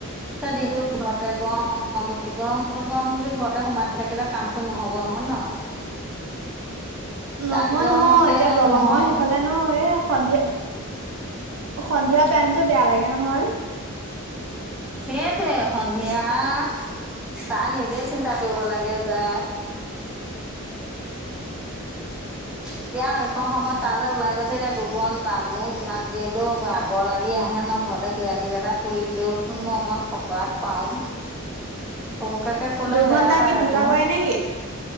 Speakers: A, in the centre; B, on the right.
A: দিনটো ঘৰতে গৰম গৰম বুলি গৰম গৰম বুলি ঘৰতে সোমাই থাকিলে কামটো নহ'ব নহয় নহ।
B: নহয়
A: তাৰ নিজৰ
B: -নহয়,
A: মতে
B: এতিয়া দলঙৰ
A: নহয়
B: সেইফালে! ন এই সন্ধিয়া, সন্ধিয়া টাইমতটো বেয়া লাগে নহয়।
A: সেইটোৱে সন্ধিয়া তাই নিজে চিন্তা কৰিব লাগে যে! এতিয়া সেইখন সময়ত তালৈ ওলাই গৈছে এতিয়া দুঘণ্টা মোৰ যিমান দেৰিলৈ ভাগৰ লাগি আহে ন। ঘৰতে কিবা কিবি এটা কৰি দিলেওচোন মই অকণমান সকাহ পাওঁ। চবকাকে ক'লে
B: দুঘন্টা
A: বেয়া পায়
B: কি
A: আকৌ
B: দুটা কৰে নেকি?